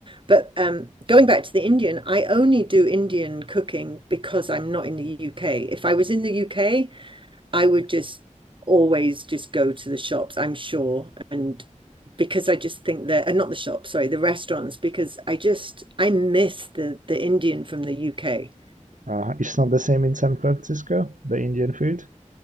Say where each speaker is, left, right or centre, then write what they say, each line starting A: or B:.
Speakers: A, on the right; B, on the right.
A: But um, going back to the Indian, I only do Indian cooking because I'm not in the UK. If I was in the UK, I would just always just go to the shops, I'm sure. And because I just think that, and not the shops, sorry, the restaurants, because I just, I miss the, the Indian from the UK.
B: Uh, it's not the same in San Francisco, the Indian food.